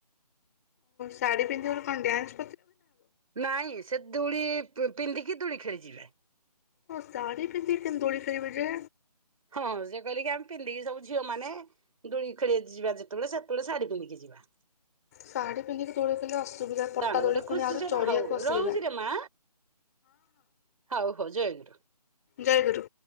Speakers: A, on the left; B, on the right.
A: ଶାଢୀ ପନ୍ଧିବ କଣ ୍ୟାନ୍ସ
B: ନାଇଁ ସେ ଦୋଳି ପିନ୍ଧିକି ଦୋଳି ଖେଳିଯିବେ।
A: ଓ ସାଢି ପନ୍ଧିକି କେମ ଦୋଳି ବି ଯେ?
B: ହଁ ସେ କହିଲେକି ଆମେ ପିନ୍ଧିକି ସବୁ ଝିଅ ମାନେ ଦୋଳି ଖେଳି ଯିବା ଯେତେବେଳେ ସେତେବେଳେ ଶାଢୀ ପିନ୍ଧିକି ଯିବା।
A: ଶାଢୀ ପିନ୍ଧିକି ଦୋଳି ଖେଳିଲେ। ଅସୁବିଧା ପଟା
B: ତାଣ
A: ଦୋଳି
B: ଗୋଟେ
A: ପୁଣି
B: ଖୁସି
A: ଆହୁରି
B: ଛଡା
A: ଚଢ଼ିବାକୁ
B: ହଉ
A: ଅସୁବିଧା।
B: ରହୁଚିରେ ମା ହଉ ହଉ ଜୟେ ଗୁରୁ।
A: ଜୟ ଗୁରୁ।